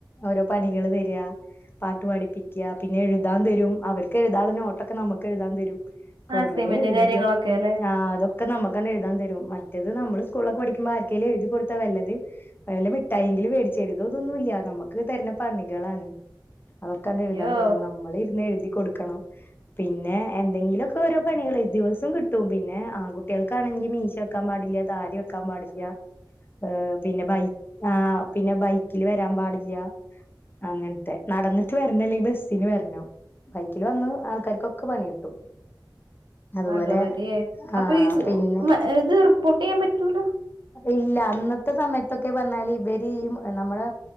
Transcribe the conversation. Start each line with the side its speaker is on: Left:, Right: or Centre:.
Left: ഓരോ പണികള് തരാ. പാട്ടു പഠിപ്പിക്കാ പിന്നെ എഴുതാൻ തരും അവർക്ക് എഴുതാനുള്ളള നോട്ടൊക്കെ നമുക്ക് എഴുതാൻ തരും. കൊറേ
Right: അസൈൻമെന്റും
Left: എഴുതും
Right: കാര്യങ്ങളൊക്കെ അല്ലേ
Left: ആഹ് അതും ഒക്കെ നമുക്കങ്ങട് എഴുതാൻ തരും മറ്റത് നമ്മള് സ്കൂളിലൊക്കെ പഠിക്കുമ്പേ ആർക്കെങ്കിലും എഴുതി കൊടുത്താ വല്ലതും വെല്ല മിഠായെങ്കിലും മേടിച്ചു തരും ഇതതൊന്നൂല്ല നമുക്ക് തരണ പണികളാണ്. അതൊക്കെങ്ങട്
Right: അയ്യോ
Left: എഴുതാൻ തരും നമ്മള് ഇരുന്ന് എഴുതി കൊടുക്കണം പിന്നെ എ എന്തെങ്കിലൊക്കെ ഓരോ പണികള് ദിവസോം കിട്ടും പിന്നെ ആൺകുട്ടികള് ആണെങ്കിൽ മീശ വെക്കാൻ പാടില്ല താടി വെക്കാൻ പാടില്ല.
Right: <inaudible>
Left: ഏഹ് പിന്നെ ബൈ ആഹ് പിന്നെ ബൈക്കിൽ വരാൻ പാടില്ല. അങ്ങനത്തെ നടന്നിട്ട് വരണം അല്ലെങ്കിൽ ബസ്സിന് വരണം. ബൈക്കിൽ വന്ന് ആൾക്കാർക്കൊക്കെ പണി കിട്ടും. അതുപോലെ
Right: ഭഗവതിയെ അപ്പൊ
Left: ആഹ്
Right: ഈ സ്
Left: പിന്നെ
Right: ഇത് റിപ്പോർട്ട് ചെയ്യാൻ പറ്റൂലാ.
Left: ഇല്ല അന്നത്തെ സമയത്തൊക്കെ പറഞ്ഞാല് ഇവര് ഈ നമ്മളെ